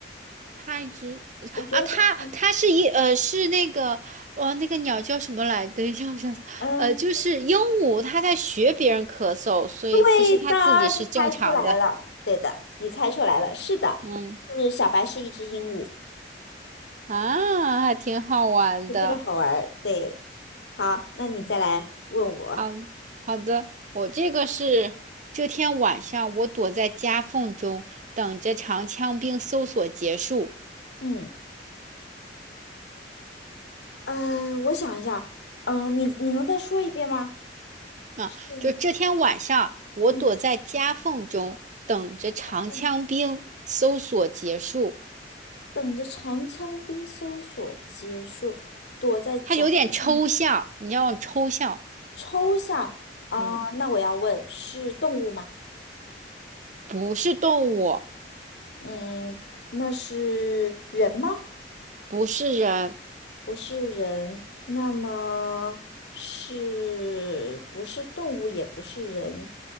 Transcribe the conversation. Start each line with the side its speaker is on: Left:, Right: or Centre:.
Right: 它一直啊，
Left: 我觉得答案，
Right: 它它是一呃是那个哦，那个鸟叫什么来？等一下，我想想，
Left: 嗯，
Right: 呃，就是鹦鹉，它在学别人咳嗽，所以其实它自己是正常的。
Left: 对的，你猜出来了，对的，你猜出来了，是的，
Right: 嗯
Left: 是小白是一只鹦鹉。
Right: 啊，还挺好玩的。
Left: 这个好玩儿，对。好，那你再来问我。
Right: 好好的，我这个是这天晚上，我躲在夹缝中，等着长枪兵搜索结束。
Left: 嗯，呃，我想一下，嗯、你你能再说一遍吗？
Right: 啊，
Left: 嗯
Right: 就这天晚上，我躲在夹缝中，
Left: 嗯
Right: 等着长枪兵搜索结束。
Left: 嗯，等着长枪兵搜索结束，躲在夹缝
Right: 它有点抽象，你要抽象，
Left: 抽象啊、
Right: 嗯，
Left: 那我要问，是动物吗？
Right: 不是动物，
Left: 嗯，那是人吗？
Right: 不是人，
Left: 不是人，那么是不是动物，也不是人？